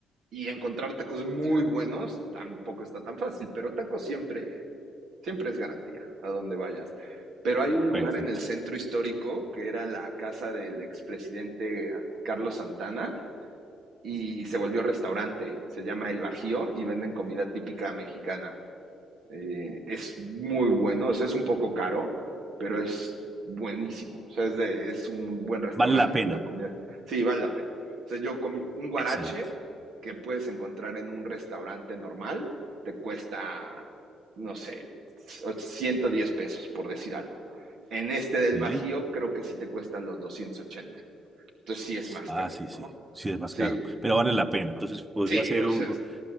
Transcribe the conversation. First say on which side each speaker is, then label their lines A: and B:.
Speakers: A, on the right (about 70°); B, on the right (about 20°).
A: y encontrar tacos muy buenos tampoco está tan fácil, pero tacos siempre, siempre es garantía a donde vayas. Pero hay un lugar
B: perfecto.
A: en el centro histórico que era la casa del expresidente Carlos Santana y se volvió restaurante, se llama El Bajío y venden comida típica mexicana. Eh, es muy bueno, o sea, es un poco caro, pero es buenísimo. O sea, es, de- es un buen restaurante
B: Vale la pena,
A: la comida. Sí, vale la pena. O sea, yo comí un guarache
B: excelente.
A: que puedes encontrar en un restaurante normal, te cuesta, no sé, 110 pesos, por decir algo. En este del
B: Sí,
A: Bajío, creo que sí te cuesta los doscientos ochenta Entonces sí es más
B: ah,
A: caro,
B: sí, sí,
A: ¿no?
B: sí es más
A: Sí,
B: caro, pero vale la pena. Entonces podría
A: sí,
B: ser
A: o
B: un,
A: sea,